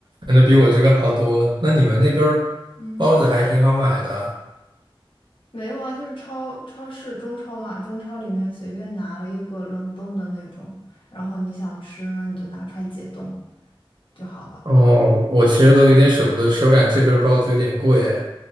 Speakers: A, on the right; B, on the left.
A: 反正比我这个好多了。那你们那边儿包子还挺好买的。
B: 嗯。没有啊，就是超超市中超嘛，中超里面随便拿了一个冷冻的那种，然后你想吃呢，你就拿出来解冻就好了。
A: 哦，我其实都有点舍不得吃，我感觉这边儿包子有点贵耶